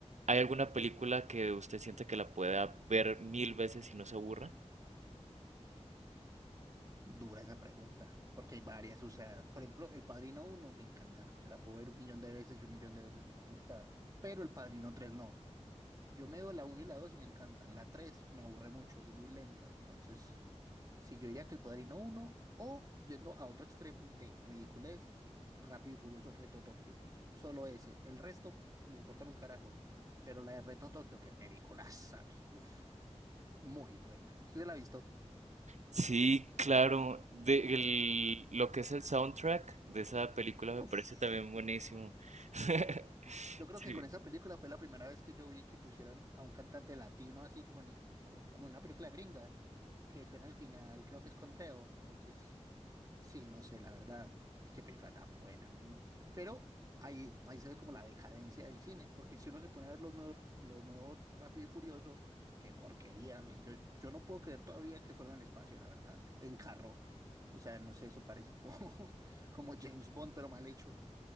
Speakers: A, on the right; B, on the right.
A: ¿hay alguna película que usted siente que la pueda ver mil veces y no se aburra?
B: Dura esa pregunta, porque hay varias, o sea, por ejemplo, El Padrino uno me encanta, me la puedo ver un millón de veces y un millón de veces me va a gustar, pero El Padrino 3 no. Yo me veo la uno y la 2 y me encantan. La 3 me aburre mucho, es muy lenta. Entonces, si yo diría que El Padrino uno o yendo a otro extremo de ridiculez, Rápido y Furioso, Reto Tokio. Solo ese. El resto me importa un carajo. Pero la de Reto Tokio, qué peliculaza, men. Uf, muy buena. ¿Sí se la ha visto?
A: Sí, claro. De, el- lo que es el soundtrack de esa película me
B: Uf.
A: parece también buenísimo. <laughs>
B: Yo creo
A: Sí.
B: que con esa película fue la primera vez que yo vi que pusieran a un cantante latino así como en, co- como en una película gringa, que suena al final, creo que es Conteo, entonces Sí, no sé, la verdad, es que película tan buena, men. Pero ahí, ahí se ve como la decadencia del cine, porque si uno se pone a ver los nuevos, los nuevos Rápido y Furioso, qué porquería, men. Yo, yo no puedo creer todavía que fueron al espacio, la verdad, en carro. O sea, no sé, eso parece como, <laughs> como James Bond, pero mal hecho.